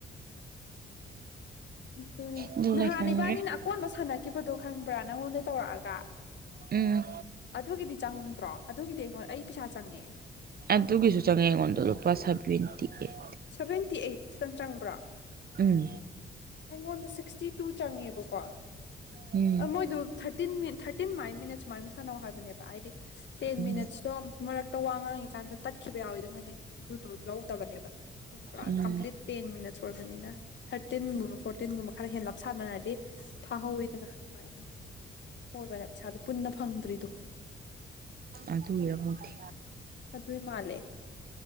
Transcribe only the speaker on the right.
ꯑꯗꯨ
ꯂꯩꯁꯟꯒ꯭ꯔꯦ
ꯎꯝ
ꯑꯗꯨꯒꯤꯁꯨ ꯆꯪꯉꯦ ꯑꯩꯉꯣꯟꯗ ꯂꯨꯄꯥ ꯁꯚꯦꯟꯇꯤꯑꯩꯠ
ꯎꯝ
ꯎꯝ
ꯎꯝ
ꯎꯝ
ꯑꯗꯨꯒꯤꯔ ꯈꯪꯗꯦ